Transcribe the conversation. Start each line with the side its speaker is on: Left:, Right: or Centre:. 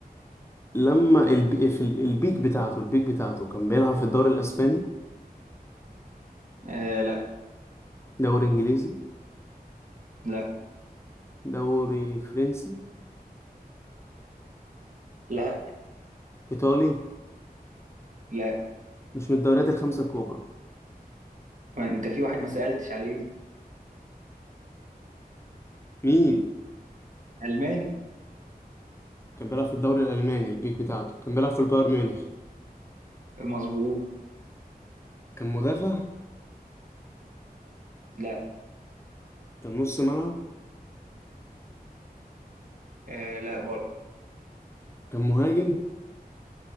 Left: لما الب... في ال- البيك بتاعته البيك بتاعته كان بيلعب في الدوري الاسباني
Right: آه لا
Left: دوري انجليزي
Right: لا
Left: دوري فرنسي
Right: لا
Left: ايطالي
Right: لا
Left: مش من الدوريات الخمسه الكبرى
Right: ما انت في واحد ما سألتش عليه
Left: مين
Right: ألماني
Left: كان بيلعب في الدوري الالماني البيك بتاعته كان بيلعب في البايرن ميونخ
Right: مظبوط
Left: كان مدافع
Right: لا
Left: كان نص ملعب
Right: آه لا برضه
Left: كان مهاجم